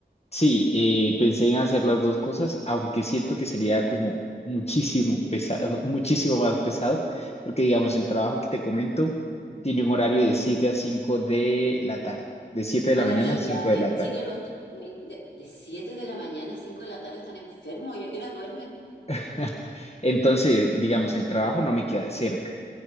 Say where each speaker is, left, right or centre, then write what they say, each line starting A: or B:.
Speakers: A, on the left; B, on the left.
A: sí, eh, pensé en hacer las dos cosas, aunque siento que sería como muchísimo pesado, muchísimo más pesado, porque digamos, el trabajo que te comento tiene un horario de
B: ¿Ya?
A: 7 a 5 de la tarde, de 7
B: Maravilla,
A: de la mañana a 5 de
B: en
A: la
B: Chile
A: tarde.
B: los... tra- mi- De, de 7 de la mañana a 5 de la tarde están enfermos, ¿y a qué hora duermen?
A: <laughs> Entonces, digamos, el trabajo no me queda cerca.